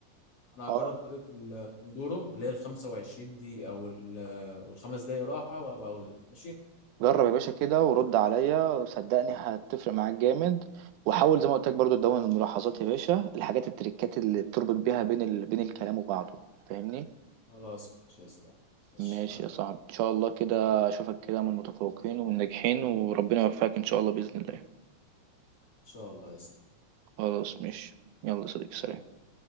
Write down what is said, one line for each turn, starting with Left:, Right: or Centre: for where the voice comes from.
Left: انا
Right: اه
Left: هجرب طريقه البومودورو اللي هي ال 25 دي او ال- والخمس دقايق راحه وابقى اقول لك ماشي
Right: جرب يا باشا كده ورد عليا صدقني هتفرق معاك جامد وحاول زي ما قلت لك برضو تدون الملاحظات يا باشا الحاجات التريكات اللي بتربط بيها بين ال... بين الكلام وبعضه فاهمني
Left: خلاص مش هيسلم ماشي
Right: ماشي
Left: تمام ان
Right: يا صاحبي ان شاء الله كده اشوفك كده من المتفوقين والناجحين وربنا يوفقك ان شاء الله باذن الله
Left: شاء الله يسلم
Right: خلاص ماشي يلا يا صديقي سلام
Left: سلام.